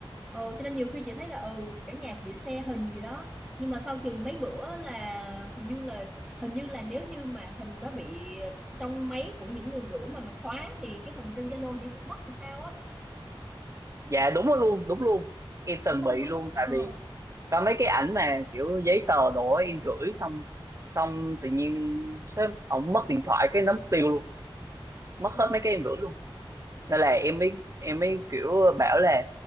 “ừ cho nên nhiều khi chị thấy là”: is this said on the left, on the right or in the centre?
Centre